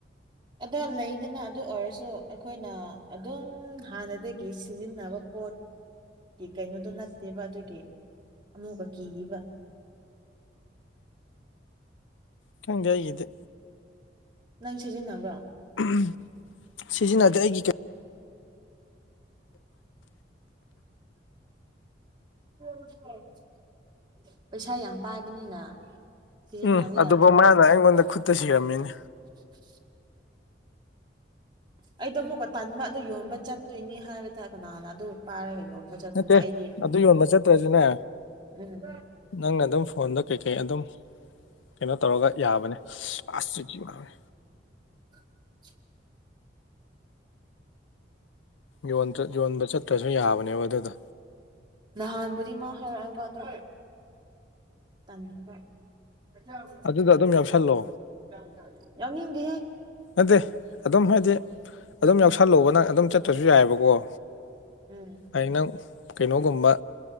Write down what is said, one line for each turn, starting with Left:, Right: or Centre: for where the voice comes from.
Right: ꯑꯗꯣ ꯂꯩꯗꯅ ꯑꯗꯨ ꯑꯣꯏꯔꯁꯨ ꯑꯩꯈꯣꯏꯅ ꯑꯗꯨꯝ ꯍꯥꯟꯅꯗꯒꯤ ꯁꯤꯖꯤꯟꯅꯕ ꯄꯣꯠ ꯀꯤ ꯀꯩꯅꯣꯗꯨ ꯅꯠꯇꯦꯕ ꯑꯗꯨꯒꯤ ꯑꯃꯨꯛꯀ ꯀꯤꯌꯦꯕ
Left: ꯈꯪꯗꯦ ꯑꯩꯒꯤꯗꯤ
Right: ꯅꯪ ꯁꯤꯖꯤꯟꯅꯕ꯭ꯔꯣ
Left: ꯎꯝꯍꯨꯝ ꯁꯤꯖꯤꯟꯅꯗꯦ ꯑꯩꯒꯤ ꯀ
Right: <inaudible> ꯄꯩꯁꯥ ꯌꯥꯝ ꯄꯥꯏꯕꯅꯤꯅ ꯁꯤꯖꯤꯟꯅꯕ
Left: ꯎꯝ ꯑꯗꯨꯕꯧ
Right: ꯌꯥꯗ꯭ꯔꯣ
Left: ꯃꯥꯅ ꯑꯩꯉꯣꯟꯗ ꯈꯨꯠꯇ ꯁꯤꯔꯝꯃꯤꯅꯦ
Right: <inaudible> ꯑꯩꯗꯣ ꯑꯃꯨꯛꯀ ꯇꯟꯕ ꯑꯗꯨ ꯌꯣꯟꯕ ꯆꯠꯇꯣꯏꯅꯤ ꯍꯥꯏꯕꯗ ꯀꯅꯥꯅ ꯑꯗꯨ ꯄꯥꯏꯔꯒ ꯌꯣꯟꯕ ꯆꯠꯇꯣꯏꯅꯣ
Left: ꯅꯠꯇꯦ
Right: ꯑꯩꯗꯤ
Left: ꯑꯗꯨ ꯌꯣꯟꯕ ꯆꯠꯇ꯭ꯔꯖꯨꯅꯦ
Right: ꯎꯝ
Left: ꯅꯪꯅ ꯑꯗꯨꯝ ꯐꯣꯟꯗ ꯀꯩꯀꯩ ꯑꯗꯨꯝ ꯀꯩꯅꯣ ꯇꯧꯔꯒ ꯌꯥꯕꯅꯦ ꯑꯁ ꯆꯤꯛ ꯆꯤꯛ ꯂꯥꯎꯑꯦ
Right: <inaudible>
Left: ꯌꯣꯟꯗ꯭ꯔ ꯌꯣꯟꯕ ꯆꯠꯇ꯭ꯔꯖꯨ ꯌꯥꯕꯅꯦꯕ ꯑꯗꯨꯗꯣ
Right: ꯅꯍꯥꯟꯕꯨꯗꯤ ꯃꯥ ꯍꯥꯏꯔꯛꯑꯦꯕ ꯑꯗꯣ ꯇꯟꯕ <unintelligible>
Left: ꯑꯗꯨꯗꯣ ꯑꯗꯨꯝ ꯌꯥꯎꯁꯜꯂꯣ
Right: ꯌꯥꯎꯅꯤꯡꯗꯦꯍꯦ
Left: ꯅꯠꯇꯦ ꯑꯗꯨꯝ ꯍꯥꯏꯗꯤ ꯑꯗꯨꯝ ꯌꯥꯎꯁꯜꯂꯣꯕ ꯅꯪ ꯑꯗꯨꯝ ꯆꯠꯇ꯭ꯔꯁꯨ ꯌꯥꯏꯑꯦꯕꯀꯣ
Right: ꯎꯝ
Left: ꯍꯌꯦꯡ ꯅꯪ ꯀꯩꯅꯣꯒꯨꯝꯕ